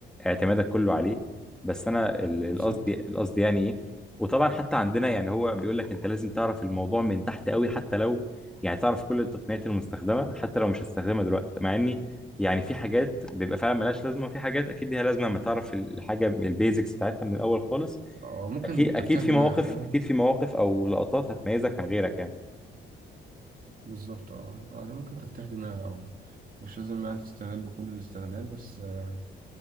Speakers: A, in the centre; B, on the right (about 45°).
A: اعتمادك كله عليه بس انا ال- القصد
B: بالظبط
A: القصد يعني ايه وطبعا حتى عندنا يعني هو بيقول لك انت لازم تعرف الموضوع من تحت قوي حتى لو يعني تعرف كل التقنيات المستخدمه حتى لو مش هتستخدمها دلوقتي مع اني يعني في حاجات بيبقى فعلا ملهاش لازمه وفي حاجات اكيد ليها لازمه لما تعرف ال- الحاجه البيزكس بتاعتها من الاول خالص
B: أو ممكن
A: اكيد
B: تفتيح
A: اكيد في
B: دماغ
A: مواقف
B: فاهم
A: اكيد في مواقف او لقطات هتميزك عن غيرك يعني
B: بالظبط اه آه، ممكن تفتح دماغ أو مش لازم يعني تستغل كل الاستغلال بس آه،